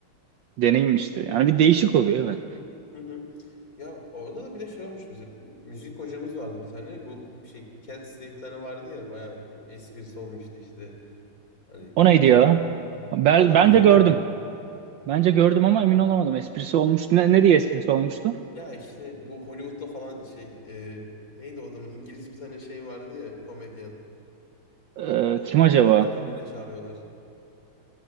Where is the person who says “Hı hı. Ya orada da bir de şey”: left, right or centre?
Left